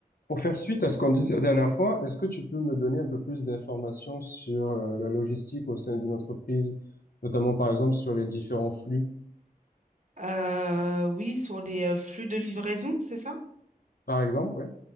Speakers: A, on the left; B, on the right.
A: Pour faire suite à ce qu'on disait la dernière fois, est-ce que tu peux me donner un peu plus d'informations sur euh, la logistique au sein d'une entreprise, notamment par exemple sur les différents flux,
B: Euh, oui, sur les euh, flux de livraison, c'est ça?
A: par exemple, ouais.